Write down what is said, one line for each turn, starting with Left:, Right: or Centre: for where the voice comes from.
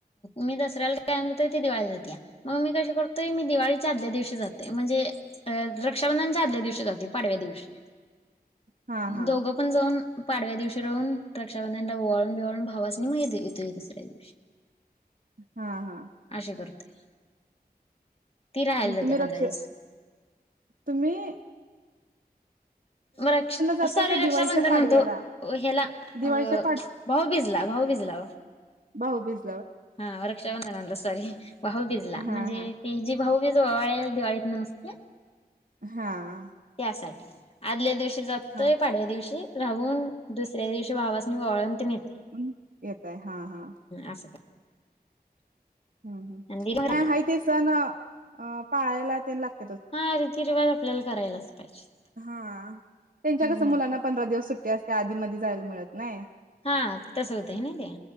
Left: मी दसऱ्याला जातोय, ती दिवाळी जात्या, या, मग मी कशी करतोय मी दिवाळीच्या आदल्या दिवशी जाते म्हणजेऽऽ अ रक्षाबंधनच्या आदल्या दिवशी जातोय, पाडव्या दिवशी.
Right: हा हा
Left: दोघं पण जाऊन,, पाडव्या दिवशी राहून. रक्षाबंधनला ओवाळून बिवाळून भावासनी म ग येतोय दुसऱ्या दिवशी.
Right: हा, हा,
Left: अशी करतोय ती राहायला
Right: म्हणजे
Left: जाते
Right: तुम्ही
Left: पंधरा
Right: रक्षा,
Left: दिवस.
Right: तुम्हीऽऽ
Left: रक्षा
Right: जाताय
Left: सोरी
Right: का दिवाळीच्या
Left: रक्षाबंधन
Right: पाडव्याला
Left: म्हणतो,, हेला
Right: दिवाळीच्या
Left: अ भाऊ बिझला भाऊऽऽ होग झलावऽ
Right: भाऊ बिज.
Left: हा, व रक्षा बंधनाला. सॉरी भाऊबीज ला,, म्हणजे
Right: हा हा
Left: त जी भाऊबीज वावाळ दिवाळीत नसत्या ऽऽ
Right: हा,
Left: साठी, आदल्या दिवशी जातोय,
Right: हा
Left: पाडव्या दिवशी राहुनं, दूसर्या दिवशी ऽऽ भावासनी, ववाळून तन एतऽऽ
Right: हम्,, येताय हा, हा,
Left: असं काय
Right: हम्, ह
Left: आणि दिली
Right: नाही हाय ते सण,, अऽ पाळायला त्यां लागऽऽ
Left: हां, रीतीरिवाज आपल्याला करायलाच पाहिजे.
Right: हा त्यांच्या कसं
Left: मग
Right: मुलांना पंधरा दिवस सुट्टी असत्या आधीमध्यी जायला मिळत नाहीऽऽ
Left: हा, तस होतंय नाही तेऽ